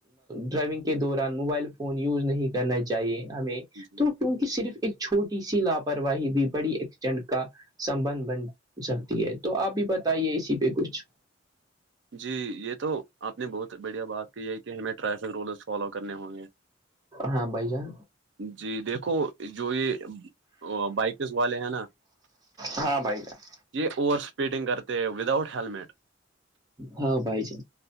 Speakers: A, on the right; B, on the right.
A: ڈرائیونگ کے دوران موبائلون فون یوز نہیں کرنا چاہیے ہمیں
B: جی
A: تو کیونکہ صرف ایک چھوٹی سی لاپرواہی بھی پڑی ایکسچنڈ کا سبھ بن سکتی ہے تو آپ بھی بتائیے اسی پہ کچھ
B: جی یہ تو آپ نے بہت بڑھیا بات کی ہے کہ ہمیں ٹریفک رولز فالو کرنے ہوں گے
A: ہاں بائی جان
B: جی دیکھو جو یہ بائکس والے ہیں نا
A: ہاں بھائی جان
B: یہ اوور اسپیڈنگ کرتے ہیں وداؤٹ ہیلمٹ
A: ہاں پائی جے